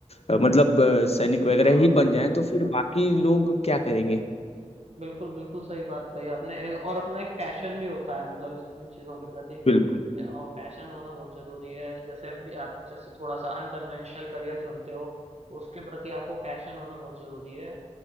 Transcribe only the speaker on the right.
हाँ
बिल्कुल, बिल्कुल सही बात कही आपने ए और अपना एक पैशन भी होता है मतलब इस इन चीज़ों के प्रति
ए, और पैशन होना बहुत ज़रूरी है। जैसे भी आप जैसे थोड़ा-सा अनकन्वेंशनल करियर चुनते हो, तो उसके प्रति आपको पैशन होना बहुत ज़रूरी है।